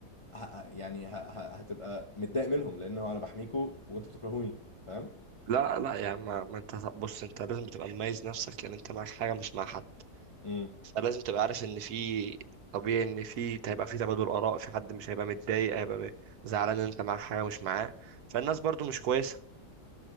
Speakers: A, on the left; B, on the right.
A: ه... ه- يعني ه... ه... هتبقى متضايق منهم لان هو انا بحميكوا وانتوا بتكرهوني فاهم
B: لا لا يا عم ما انت بص انت لازم تبقى مميز نفسك لان انت معاك حاجه مش مع حد
A: امم
B: فلازم تبقى عارف ان في طبيعي ان في هيبقى في تبادل اراء في حد مش هيبقى متضايق هيبقى م- زعلان ان انت معاك حاجه مش معاه فالناس برضو مش كويسه